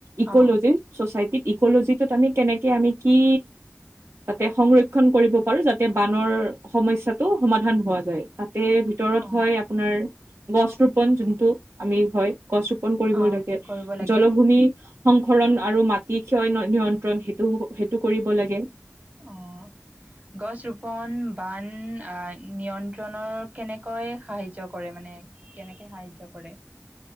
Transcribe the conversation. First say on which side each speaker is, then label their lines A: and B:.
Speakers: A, on the right; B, on the right.
A: ইক'লজি
B: অ
A: ছছাইটি ইকলজিটোত আমি কেনেকে আমি কি? যাতে সংৰক্ষণ কৰিব পাৰো। যাতে বানৰ সমস্যয়াটো সমাধান হোৱা যায়। তাতে ভিতৰত
B: অ
A: হয় আপোনাৰ গছ ৰোপন যোনটো, আমি হয় গছ ৰোপন কৰিবই
B: অ
A: লাগে।
B: কৰিব লাগে
A: জলভূমি সংসৰণ আৰু মাটি ক্ষয় নিয়ন্ত্ৰণ সেইটো সেইটো কৰিব লাগে।
B: অঁ গছ ৰোপণ বান নিয়ন্ত্ৰণৰ কেনেকৈ সাহাৰ্য কৰে মানে? কেনেকে সাহায্য কৰে?